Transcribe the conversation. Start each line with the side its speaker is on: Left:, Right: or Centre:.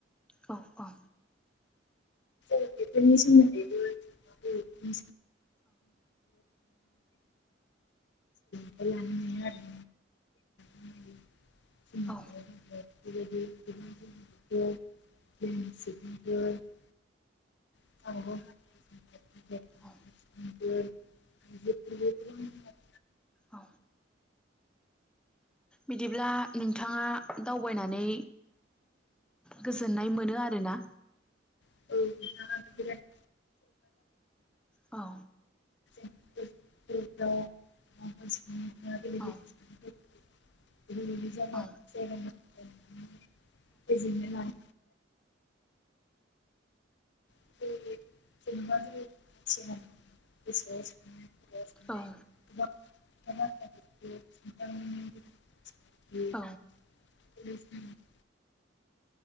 Centre: औ औ
Left: ज बेफोरनि सोमोन्दैबोफोरनि थांनानै <unintelligible> <unintelligible> <unintelligible>
Centre: औ
Left: <unintelligible> <unintelligible>
Centre: औ औ बिदिब्ला नोंथाङा दावबायनानै गोजोननाय मोनो आरोना
Left: <unintelligible>
Centre: औ
Left: <unintelligible>
Centre: औ
Left: <unintelligible>
Centre: औ
Left: <unintelligible>
Centre: औ
Left: <unintelligible>
Centre: औ
Left: <unintelligible>